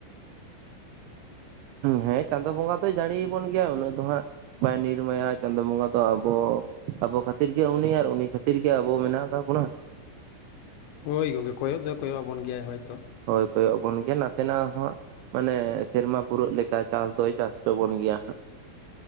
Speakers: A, on the right; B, on the left.
A: ᱦᱮᱸ ᱪᱟᱸᱫᱳ ᱵᱚᱸᱜᱟ ᱫᱚᱭ ᱡᱟᱹᱲᱤ ᱟᱵᱚᱱ ᱜᱮᱭᱟ ᱩᱱᱟᱹᱜ ᱫᱚ ᱦᱟᱸᱜ᱾ ᱵᱟᱭ ᱱᱤᱨᱢᱟᱭᱟᱣᱟ ᱪᱟᱸᱫᱚ ᱵᱚᱸᱜᱟ ᱫᱚ᱾ ᱟᱵᱚ ᱟᱵᱚ ᱠᱷᱟᱹᱛᱤᱨ ᱜᱮ ᱩᱱᱤ ᱟᱨ ᱩᱱᱤ ᱠᱷᱟᱹᱛᱤᱨ ᱜᱮ ᱟᱵᱚ ᱢᱮᱱᱟᱜ ᱟᱠᱟᱫ ᱵᱚᱱᱟ᱾
B: ᱦᱳᱭ ᱜᱚᱢᱠᱮ ᱠᱚᱭᱚᱜ ᱫᱚᱭ ᱠᱚᱭᱚᱜ ᱟᱵᱚᱱ ᱜᱮᱭᱟᱭ ᱦᱳᱭᱛᱚ᱾
A: ᱦᱳᱭ ᱠᱚᱭᱚᱜ ᱟᱵᱚᱱ ᱜᱮᱭᱟ ᱱᱟᱥᱮᱱᱟᱜ ᱦᱚᱸ᱾ ᱢᱟᱱᱮ ᱥᱮᱨᱢᱟ ᱯᱩᱨᱟᱹᱜ ᱞᱮᱠᱟ ᱪᱟᱥ ᱫᱚᱭ ᱪᱟᱥ ᱦᱚᱪᱚ ᱵᱚᱱ ᱜᱮᱭᱟ ᱦᱟᱸᱜ᱾